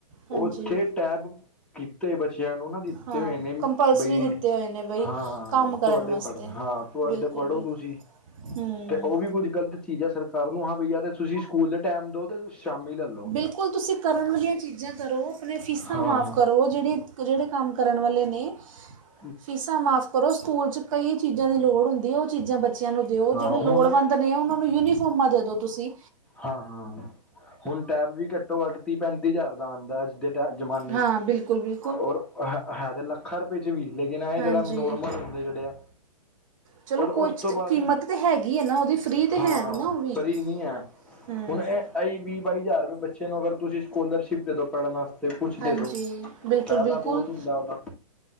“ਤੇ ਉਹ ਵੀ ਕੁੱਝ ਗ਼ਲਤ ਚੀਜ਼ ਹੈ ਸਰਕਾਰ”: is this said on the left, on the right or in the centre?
Centre